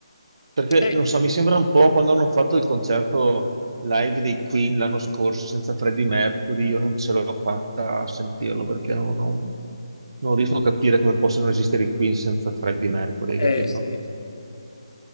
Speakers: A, on the right; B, on the left.
A: Perché
B: Eh,
A: non so, mi sembra un po' quando hanno fatto il concerto live dei Queen l'anno scorso senza Freddie Mercury, io non ce l'ho fatta a sentirlo perché non, non- non riesco a capire come possono esistere i Queen senza Freddie Mercury, hai
B: eh
A: capito?
B: sì.